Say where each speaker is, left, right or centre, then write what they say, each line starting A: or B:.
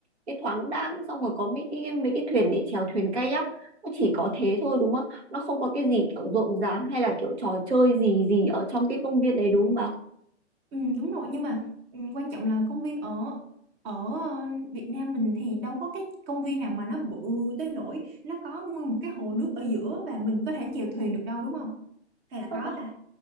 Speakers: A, on the right (about 70°); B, on the right (about 20°).
A: cái thoáng đãng xong rồi có mấy cái mấy cái thuyền để chèo thuyền kayak nó chỉ có thế thôi đúng không? Nó không có cái gì kiểu rộn ràng hay là kiểu trò chơi gì gì ở trong cái công viên đấy đúng không bà?
B: Ừ, đúng rồi nhưng mà ừ, quan trọng là công viên ở ở ờ, Việt Nam mình thì đâu có cái công viên nào mà nó bự tới nỗi nó có nguyên một cái hồ nước ở giữa và mình có thể chèo thuyền được đâu đúng không? Hay là
A: Ờ,
B: có
A: ờ.
B: ta?